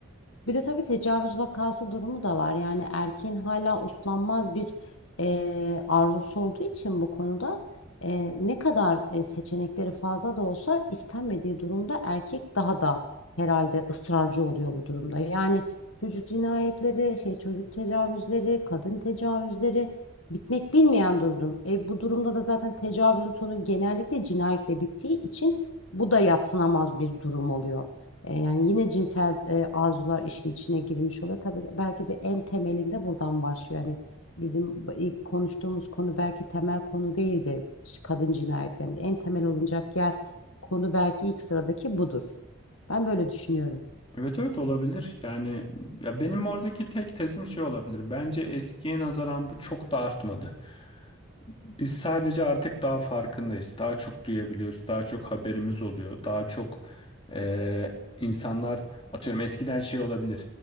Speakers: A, on the left (about 75°); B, on the left (about 25°).
A: Bir de tabii tecavüz vakası durumu da var. Yani erkeğin hala uslanmaz bir eee, arzusu olduğu için bu konuda eee, ne kadar e, seçenekleri fazla da olsa istenmediği durumda erkek daha da herhalde ısrarcı oluyor bu durumda. Yani çocuk cinayetleri, şey çocuk tecavüzleri, kadın tecavüzleri bitmek bilmeyen durum. E, bu durumda da zaten tecavüzün sonu genellikle cinayetle bittiği için bu da yadsınamaz bir durum oluyor. E, yani yine cinsel e, arzular işin içine girmiş oluyor. Tabii belki de en temelinde buradan başlıyor. Yani bizim bu- ilk konuştuğumuz konu belki temel konu değildi ç- kadın cinayetlerinde. En temel alınacak yer konu belki ilk sıradaki budur. Ben böyle düşünüyorum.
B: Evet evet olabilir. Yani ya benim oradaki tek tezim şey olabilir. Bence eskiye nazaran bu çok da artmadı. Biz sadece artık daha farkındayız. Daha çok duyabiliyoruz. Daha çok haberimiz oluyor. Daha çok e, insanlar atıyorum eskiden şey olabilir.